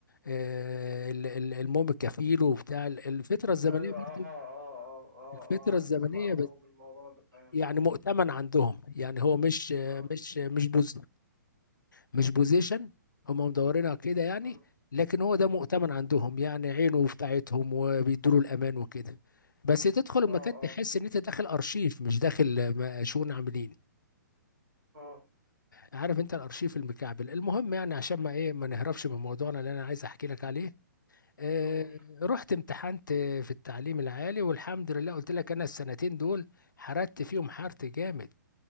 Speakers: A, on the left; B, on the right.
A: آه، ال- ال- الموم الكفيل وبتاع ال- الفترة الزمنية
B: ايوه
A: برضو
B: اه اه اه اه
A: الفترة
B: اه عارف
A: الزمنية
B: كنت بعرف قوي بالموضوع ده يعني
A: يعني
B: اه
A: مؤتمن عندهم يعني هو مش
B: اه
A: مش مش بوز مش بوزيشن هم مدورينها كده يعني
B: مم.
A: لكن هو ده مؤتمن عندهم يعني عينه بتاعتهم وبيدوا له الامان وكده بس تدخل المكان
B: اه اه
A: تحس ان انت داخل ارشيف مش داخل م- شؤون عاملين
B: اه
A: عارف انت الارشيف المكعبل المهم يعني عشان ما ايه ما نهربش من موضوعنا اللي انا عايز احكي لك عليه آه
B: قول
A: رحت امتحنت في التعليم العالي والحمد لله قلت لك انا السنتين دول حرقت فيهم حرت جامد